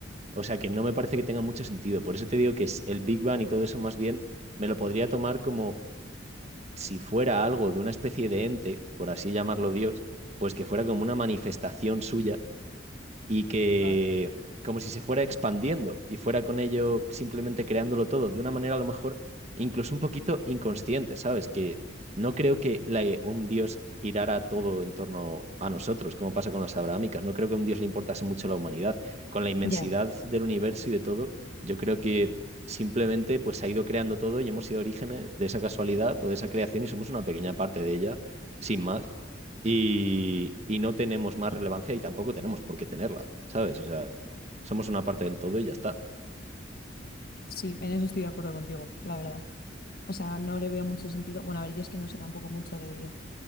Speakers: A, on the right; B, on the left.
A: O sea que no me parece que tenga mucho sentido. Por eso te digo que es- el Big Bang y todo eso más bien me lo podría tomar como si fuera algo de una especie de ente, por así llamarlo Dios, pues que fuera como una manifestación suya y que
B: vale.
A: como si se fuera expandiendo y fuera con ello simplemente creándolo todo de una manera a lo mejor incluso un poquito inconsciente, ¿sabes? Que no creo que la- un dios girara todo en torno a nosotros, como pasa con las abrahámicas. No creo que a un dios le importase mucho la humanidad. Con la inmensidad
B: Ya,
A: del universo y de todo, yo creo que simplemente pues se ha ido creando todo y hemos sido orígenes de esa casualidad o de esa creación y somos una pequeña parte de ella, sin más y, y no tenemos más relevancia y tampoco tenemos por qué tenerla, ¿sabes? O sea, somos una parte del todo y ya está.
B: sí, en eso estoy de acuerdo contigo, la verdad. O sea, no le veo mucho sentido. Bueno, a ver, yo es que no sé tampoco mucho de,